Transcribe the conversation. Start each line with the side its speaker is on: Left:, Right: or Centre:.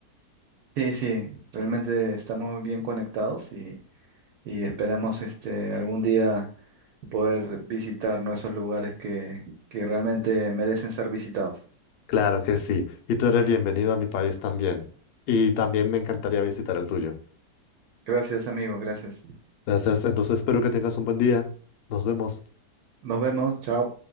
Right: Sí, sí, realmente estamos bien conectados y, y esperamos este algún día poder visitar ¿no? esos lugares que, que realmente merecen ser visitados.
Left: Claro que sí. Y tú eres bienvenido a mi país también. Y también me encantaría visitar el tuyo.
Right: Gracias, amigos, gracias.
Left: Gracias. Entonces espero que tengas un buen día. Nos vemos.
Right: Nos vemos, chao.